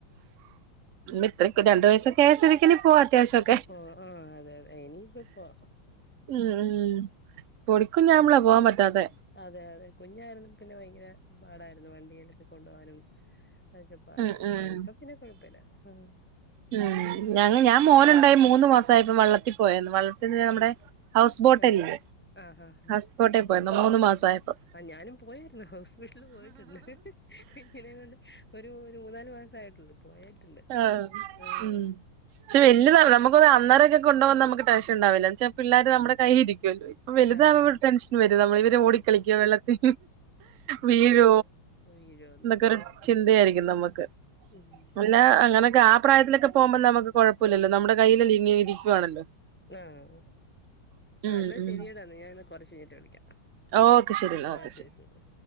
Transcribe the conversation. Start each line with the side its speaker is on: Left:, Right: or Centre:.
Right: ഇത്രക്ക് രണ്ടു വയസ്‌ ആയ സ്ഥിതിക്ക് ഇനി പോവാ അത്യാവശ്യം ഒക്കെ
Centre: ഓ ആഹ് അതെ അതെ ഇനി ഇപ്പോ പോവാം
Right: ഉം ഉം പൊടികുഞ് ആവുമ്പോഴ പോവാൻ പറ്റാത്തെ
Centre: അതെ അതെ കുഞ്ഞായിരുന്നു പിന്നെ ഭയങ്കര പാടായിരുന്നു വണ്ടിയിലൊക്കെ കൊണ്ടുപാനും- അതൊക്കെ പാടായിരുന്നു
Right: ഉം ഉം
Centre: ഇപ്പൊ പിന്നെ കൊഴപ്പമില്ല ആഹ്
Right: ഉം ഞ ഞാൻ മോനുണ്ടായി മൂന്ന് മാസവായപ്പോ വള്ളത്തിൽ പോയരുന്നു
Centre: വെള്ളത്തിൽ
Right: നമ്മുടെ ഹൗസ് ബോട്ടല്ലേ
Centre: ആ ആഹ് ആഹ് ആഹ്
Right: ഹൗസ് ബോട്ടേ പോയിരുന്നു മൂന്ന് മാസവായപ്പോ
Centre: ആ ഞാനും പോയായിരുന്നു ഹൗസ്ബോട്ടില് പോയിട്ടുണ്ട് ഇങ്ങനെണ്ട് ഒരു ഒരു മൂന്നാല് മാസ ആയിട്ടുള്ളു പോയട്ടുണ്ട്
Right: ആഹ്
Centre: ആഹ്
Right: ഉം പക്ഷെ വലിയതല്ല നമുക്കൊ അന്നെരൊക്കെ കൊണ്ടുപോകാൻ നമുക്ക് ടെൻഷൻണ്ടാവില്ലാെ പിള്ളേര് നമ്മടെ കൈയില് ഇരിക്കുവല്ലോ വലുതാകുമ്പോ
Centre: ആഹ്
Right: ഒരു ടെൻഷൻ വരും നമ്മൾ ഇവര്
Centre: തൃശൂര്
Right: ഓടിക്കളിക്കോ വെള്ളത്തി വീഴോ
Centre: വീഴുവോന്ന്
Right: എന്നൊക്കെ
Centre: ഒക്കെ
Right: ഒരു ചിന്തയായിരിക്കും നമ്മക്ക്
Centre: <unintelligible>
Right: പിന്നാ അങ്ങനക്കെ ആ പ്രായത്തിലൊക്കെ പോകുമ്പോ നമുക്ക് കൊഴപ്പവില്ലല്ലോ നമ്മുടെ കയ്യിലിങ്ങനെ ഇരിക്കുവാണല്ലോ
Centre: ആഹ് ആഹ്
Right: ഉം
Centre: എന്നാ
Right: ഉം
Centre: ശെരിയടാ എന്നാ ഞാൻ എന്നാ കൊറച്ച് കഴിഞ്ഞിട്ട് വിളിക്കാം.
Right: ഓക്കെ ശെരി എന്നാ
Centre: ആ
Right: ഓക്കെ
Centre: ശരി
Right: ശെരി
Centre: ശരി